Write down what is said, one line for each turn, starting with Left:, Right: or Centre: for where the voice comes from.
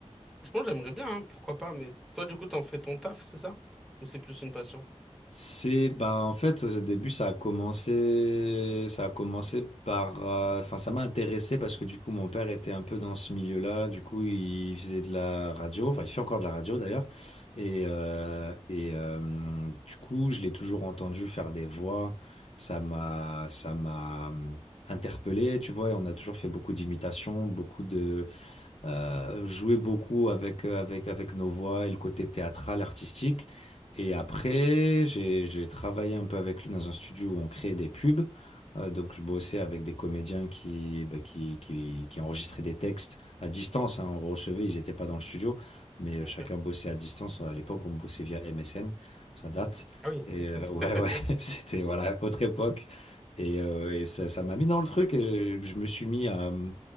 Centre: Franchement, j'aimerais bien, hein, pourquoi pas. Mais toi, du coup, t'en fais ton taf, c'est ça? Ou c'est plus une passion?
Left: C'est bah en fait au début ça a commencé ça a commencé par euh, enfin ça m'a intéressé parce que du coup mon père était un peu dans ce milieu-là du coup il faisait de la radio enfin il fait encore de la radio d'ailleurs et euh, et euh, du coup je l'ai toujours entendu faire des voix ça m'a ça m'a euh, interpellé tu vois et on a toujours fait beaucoup d'imitations beaucoup de euh, jouer beaucoup avec, euh, avec, avec nos voix et le côté théâtral, artistique. Et après, j'ai, j'ai travaillé un peu avec lui dans un studio où on créait des pubs. Euh, donc, je bossais avec des comédiens qui, bah, qui, qui, qui enregistraient des textes à distance. hein. On recevait, ils n'étaient pas dans le studio, mais euh,
Centre: Ok.
Left: chacun bossait à distance. À l'époque, on bossait via MSN, ça date.
Centre: Ah oui.
Left: Et
Centre: <laughs>
Left: euh, ouais, ouais, <laughs> c'était voilà, autre époque. Et, euh, et ça, ça m'a mis dans le truc et je, je me suis mis à,